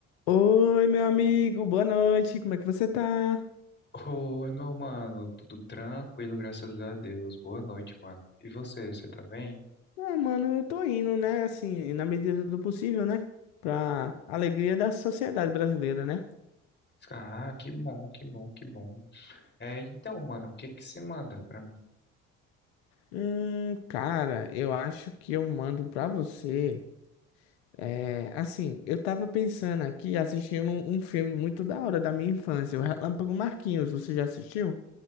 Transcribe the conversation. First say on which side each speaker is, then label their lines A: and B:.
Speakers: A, on the left; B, on the left.
A: Oi, meu amigo, boa noite, como é que você tá?
B: Oi, meu mano, tudo tranquilo, graças a Deus. Boa noite, mano. E você, você tá bem?
A: Ah, mano, eu tô indo, né, assim, na medida do possível, né, pra alegria da sociedade brasileira, né?
B: Ah, que bom, que bom, que bom. É, então, mano, o que que se manda pra mim?
A: Hum, cara, eu acho que eu mando pra você, é, assim, eu tava pensando aqui, assistindo um, um filme muito da hora da minha infância, o Relâmpago Marquinhos, você já assistiu?